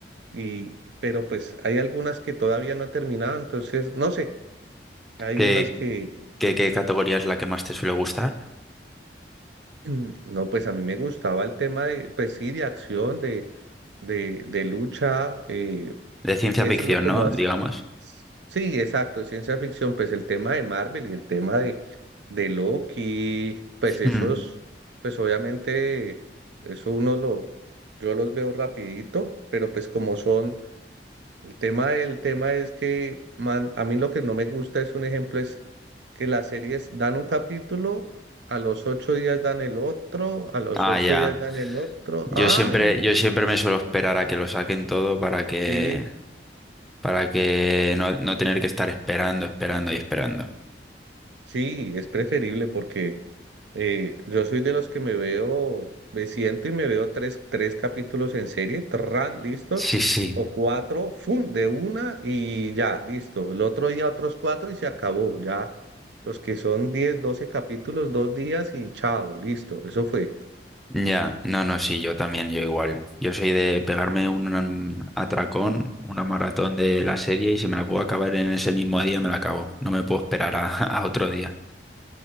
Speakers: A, on the right; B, in the centre.
A: y, pero pues hay algunas que todavía no he terminado, entonces no sé, hay
B: ¿Qué,
A: unas que,
B: qué, qué categoría es la que más te suele gustar?
A: mm, <clears throat> no, pues a mí me gustaba el tema de, pues sí, de acción, de, de, de lucha, eh,
B: De ciencia
A: eso
B: ficción,
A: es lo como...
B: ¿no?
A: hace.
B: Digamos.
A: Sí, exacto, es ciencia ficción, pues el tema de Marvel y el tema de, de Loki, pues esos,
B: Mm.
A: pues obviamente, eso uno lo, yo los veo rapidito, pero pues como son, el tema, el tema es que, man, a mí lo que no me gusta es un ejemplo, es que las series dan un capítulo, a los ocho días dan el otro, a los
B: Ah,
A: ocho
B: ya.
A: días dan el otro,
B: Yo
A: ay,
B: siempre,
A: no,
B: yo siempre me suelo esperar a que lo saquen todo para que,
A: sí.
B: para que no, no tener que estar esperando, esperando y esperando.
A: Sí, es preferible porque eh, yo soy de los que me veo, me siento y me veo tres, tres capítulos en serie, tra, listo,
B: Sí, sí.
A: o cuatro, fun, de una y ya, listo. El otro día otros cuatro y se acabó, ya. Los que son 10 12 capítulos, dos días y chao, listo, eso fue.
B: Ya, no, no, sí, yo también, yo igual. Yo soy de pegarme un atracón, una maratón de la serie y si me la puedo acabar en ese mismo día me la acabo. No me puedo esperar a, <laughs> a otro día.